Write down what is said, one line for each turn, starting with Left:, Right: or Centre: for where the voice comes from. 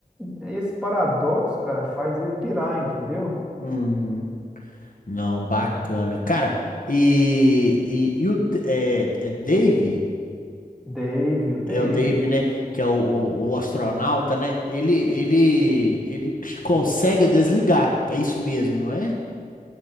Centre: esse paradoxo, cara, faz ele pirar, entendeu?
Left: Uhum. Não, bacana. Cara, e, e, e o D- é, é Dave,
Centre: Dave, o Dave.
Left: é o Dave, né? Que é o, o, o astronauta, né? Ele, ele, ele consegue desligar. É isso mesmo, não é?